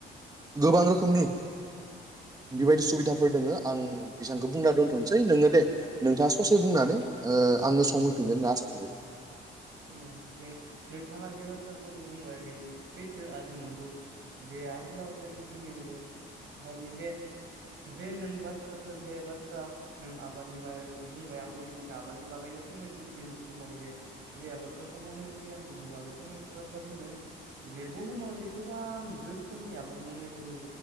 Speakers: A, on the right; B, on the right.
A: गोबां रोखोमनि बेबायदि सुबिदाफोर दोङो आं बेसेबांखौ बुंना दोन्थ'नोसै नोङो दे नोंथाङा ससे बुंनानै ओ आंनो सम होफिनगोन होनना आसा थाबाय दे।
B: औ जे नोंथाङा जे बाथ्राफोरखौ बुंबाय बे सैथो आरो नंगौ। जे आगोलाव जे बिदिनो जे ओफ्राय इ जे जे नों बाथ्राफोर जे बाथ्रा नों आबादनि बागै बुंबाय आंबो बिदिनो आबादनि बागैनो फंनैसो बिदिनो बुहुमाव जे जे आबादफोरखौ मावनाय जायो आं बिनि बागै फंनैसो बाथ्रा बुंनो जे बुहुमाव जे गोबां रोखोमनि आबाद मावनाय जायो।